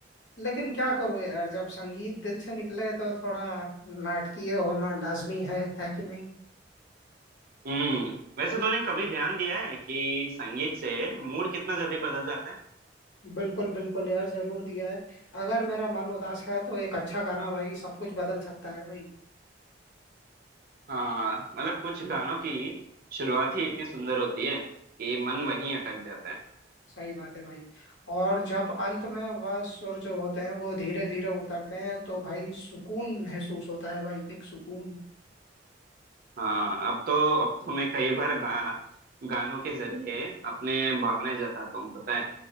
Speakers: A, on the left; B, on the right.
A: लेकिन क्या करूँ यार जब संगीत दिल से निकले तो थोड़ा नाटकीय होना लाजमी है है कि नहीं
B: हम्म वैसे तूने कभी ध्यान दिया है कि संगीत से मूड कितना जल्दी बदल जाता है
A: बिल्कुल बिल्कुल यार जरूर दिया है अगर मेरा मन उदास है तो एक अच्छा गाना भाई सब कुछ बदल सकता है भाई
B: हाँ मतलब कुछ गानों की शुरुआत ही इतनी सुंदर होती है कि मन वहीं अटक जाता है
A: सही बात है भाई और जब अंत में वह सुर जो होते हैं वो धीरे धीरे उतरते हैं तो भाई सुकून महसूस होता है भाई एक सुकून
B: हाँ अब तो अब तो मैं कई बार गा, गानों के जरिए अपने भावनाएं जताता हूँ पता है